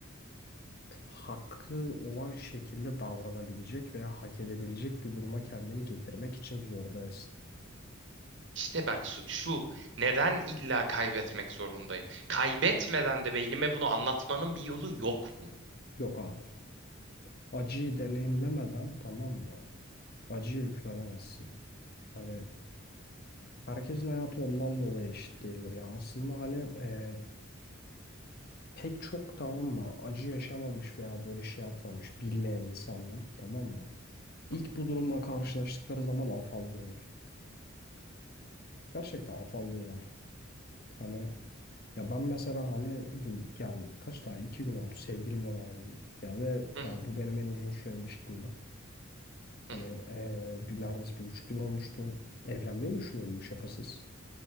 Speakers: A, on the left; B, on the right.
A: hakkı olan şekilde davranabilecek veya hak edebilecek bir duruma kendini getirmek için zorlayasın.
B: İşte bak su- şu neden illa kaybetmek zorundayım? Kaybetmeden de beynime bunu anlatmanın bir yolu yok mu?
A: Yok abi. Acıyı deneyimlemeden tamam mı? Acıyı hükmedemezsin. Hani herkesin hayatı ondan dolayı eşit değildir ya. Aslında hani eee, pek çok tamam mı acı yaşamamış veya böyle şey yapmamış bilmeyen insanlar tamam mı?
B: Hı
A: İlk
B: hı.
A: bu durumla karşılaştıkları zaman afallıyorlar. Gerçekten afallıyorlar. Hani ya ben mesela hani bu yani kaç daha iki gün oldu sevgilimden ayrıldım. Ya ve
B: Hı hı.
A: ya bu benim en uzun süren ilişkimdi. Hani
B: Hı hı.
A: eee, bir neredeyse bir buçuk yıl olmuştu. Evlenmeyi düşünüyordum şakasız.